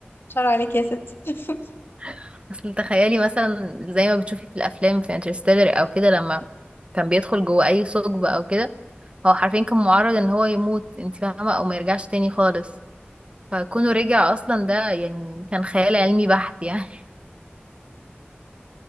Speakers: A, on the left (about 75°); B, on the right (about 30°).
A: شر عليك يا ستي <laughs>
B: <laughs> اصل تخيلي مثلا زي ما بتشوفي في الافلام في انترستيلر او كده لما كان بيدخل جوه اي ثقب او كده هو حرفيا كان معرض ان هو يموت انت فاهمه او ما يرجعش تاني خالص فكونه رجع اصلا ده يعني كان خيال علمي بحت يعني